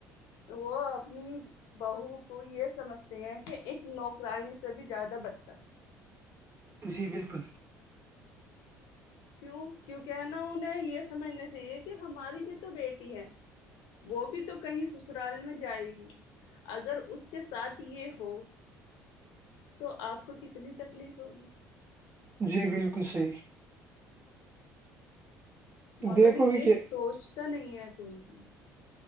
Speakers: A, on the left (about 70°); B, on the right (about 35°).
A: وہ اپنی بہو کو یہ سمجھ کہ ایک نوکرانی سے بھی زیادہ بدتر ہے
B: جی بالکل
A: کیوں کیوں کہ ہے نا انہیں یہ سمجھنا چاہیے کہ ہماری بھی تو بیٹی ہے وہ بھی تو کہیں سسرال میں جائے گی اگر اس کے ساتھ یہ ہو تو آپ کو کتنی تکلیف ہوگی
B: جی بالکل صحیح
A: مگر
B: دیکھو
A: یہ
B: گے کہ
A: سوچتا نہیں ہے کوئی بھی